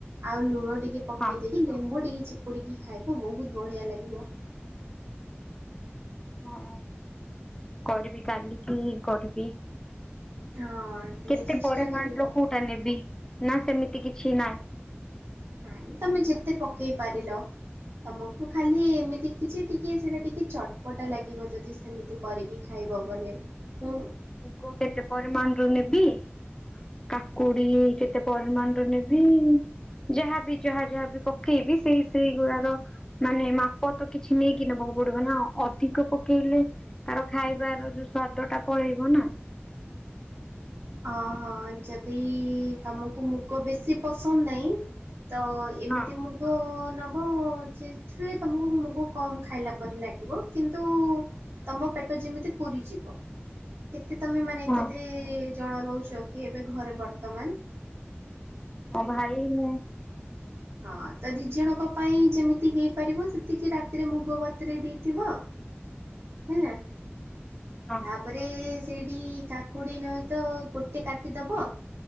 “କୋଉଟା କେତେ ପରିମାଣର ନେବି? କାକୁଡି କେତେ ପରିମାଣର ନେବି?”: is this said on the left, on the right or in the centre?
Left